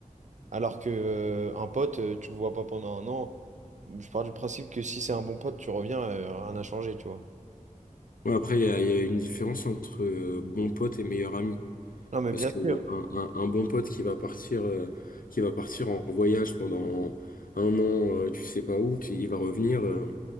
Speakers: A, on the right (about 60°); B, on the left (about 80°).
A: Alors que euh, un pote, euh, tu le vois pas pendant un an, je pars du principe que si c'est un bon pote, tu reviens, euh, rien n'a changé, tu vois.
B: Ouais, après, il y a, il y a une différence entre euh, bon pote et meilleur ami.
A: Non, mais
B: Parce
A: bien
B: que
A: sûr.
B: un, un- un bon pote qui va partir, euh, qui va partir en voyage pendant un an, euh, tu sais pas où, tu- il va revenir, euh,